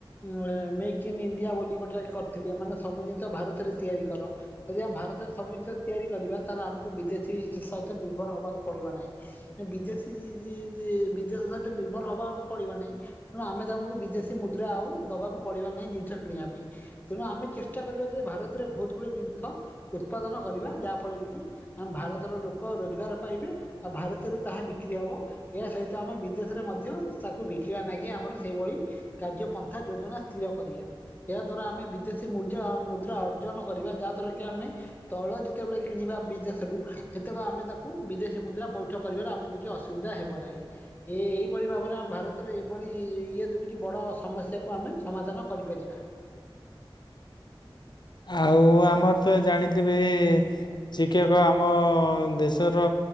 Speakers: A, on the left (about 20°); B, on the left (about 55°).
A: ଉଁ ମେକ୍ ଇନ୍ ଇଣ୍ଡିଆ ବୋଲି ଗୋଟାଏ କରିଥିଲେ। ମାନେ ସବୁ ଜିନିଷ ଭାରତରେ ତିଆରି କର। ଯଦି ଆମେ ଭାରତରେ ସବୁ ଜିନିଷ ତିଆରି କରିବା ତାହେଲେ ଆମକୁ ବିଦେଶୀ ସହିତ ନିର୍ଭର ହବାକୁ ପଡିବ ନାଇ। ନା ବିଦେଶୀ ଜି ଜି ବିଦେଶ ସହିତ ନିର୍ଭର ହେବାକୁ ପଡ଼ିବ ନାଇ। ତେଣୁ ଆମେ ତାଙ୍କୁ ବିଦେଶୀ ମୁଦ୍ରା ଆଉ ଦବାକୁ ପଡ଼ିବ ନାଇ ଜିନିଷ କିଣିବା ପାଇଁ। ତେଣୁ ଆମେ ଚେଷ୍ଟା କରିବା ଯେ ଭାରତରେ ବୋହୁତ୍ ଗୁଡେ ଜିନିଷ ଉତ୍ପାଦନ କରିବା ଯାହା ଫଳରେ କି ଆମ ଭାରତର ଲୋକ ରୋଜଗାର ପାଇବେ ଆଉ ଭାରତରେ ତାହା ବିକ୍ରି ହବ। ଏହା ସହିତ ଆମେ ବିଦେଶରେ ମଧ୍ୟ ତାକୁ ବିକିବା ନାଗୀ କି ଆମର ସେଇଭଳି କାର୍ଯ୍ୟ ପନ୍ଥା ଯୋଜନା ସ୍ଥିର କରିବା ଏହା ଦ୍ଵାରା ଆମେ ବିଦେଶୀ ମୁ ଜ ମୁଦ୍ରା ଅର୍ଜନ କରିବା ଯାହାଦ୍ୱାରା କି ଆମେ ତୈଳ ଯେତେବେଳେ କିଣିବା ବିଦେଶରୁ ସେତେବେଳେ ଆମେ ତାକୁ ବିଦେଶୀ ମୁଦ୍ରା ପଇଠ କରିବରେ ଆମକୁ କିଛି ଅସୁ ନିନ୍ଦା ହେବ ନାଇ। ଏ ଏହିପରି ଭାବରେ ଆମ ଭାରତରେ ଏଭଳି ଇଏ ଦୁଇଟି ବଡ଼ ସମସ୍ୟାକୁ ଆମେ ସମାଧାନ କରିପାରିବା।
B: ଆଉ ଆମର ତ ଜାଣିଥିବେ ଏ ଏ ଶିକ୍ଷକ ଆମ ଦେଶର